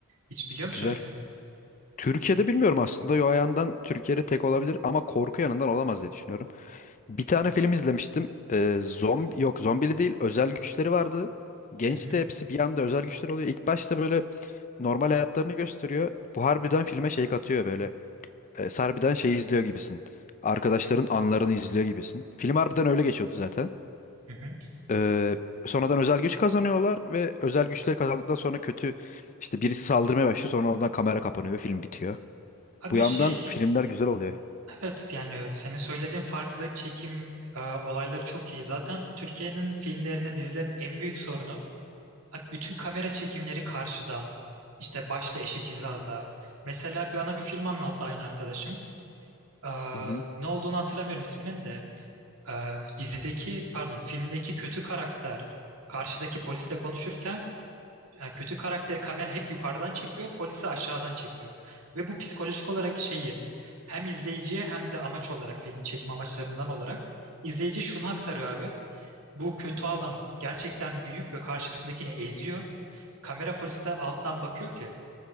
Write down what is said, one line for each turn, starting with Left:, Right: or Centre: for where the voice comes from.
Right: Hiç biliyor musun
Left: Güzel.
Right: öyle bir film?
Left: Türkiye'de bilmiyorum aslında. Yo ayandan Türkiye'de tek olabilir ama korku yanından olamaz diye düşünüyorum. Bir tane film izlemiştim. Ee, zombi yok zombili değil özel güçleri vardı. Genç
Right: Hı hı.
Left: de hepsi bir anda özel güçler oluyor. İlk başta böyle normal hayatlarını gösteriyor. Bu harbiden filme şey katıyor böyle. Ee, harbiden şey izliyor gibisin. Arkadaşların anlarını izliyor gibisin. Film harbiden öyle geçiyordu zaten.
Right: Hı hı.
Left: Ee, sonradan özel güç kazanıyorlar ve özel güçleri kazandıktan sonra kötü işte birisi saldırmaya başlıyor sonra oradan kamera kapanıyor ve film bitiyor.
Right: Abi
Left: Bu yandan
Right: şey
Left: filmler güzel oluyor.
Right: Evet yani senin söylediğin farklı çekim e, olayları çok iyi. Zaten Türkiye'nin filmlerine, dizilerin en büyük sorunu Abi bütün kamera çekimleri karşıdan, işte başla eşit hizada. Mesela bana bir film anlattı aynı arkadaşım. Ee,
Left: Hı hı.
Right: ne olduğunu hatırlamıyorum isminin de. Ee, dizideki, pardon, filmdeki kötü karakter karşıdaki polisle konuşurken e, kötü karakteri kamera hep yukarıdan çekiyor, polisi aşağıdan çekiyor. Ve bu psikolojik olarak şeyi hem izleyiciye hem de amaç olarak filmin çekim amaçlarından olarak izleyiciye şunu aktarıyor abi. Bu kötü adam gerçekten büyük ve karşısındakini eziyor. Kamera poliste alttan bakıyor ki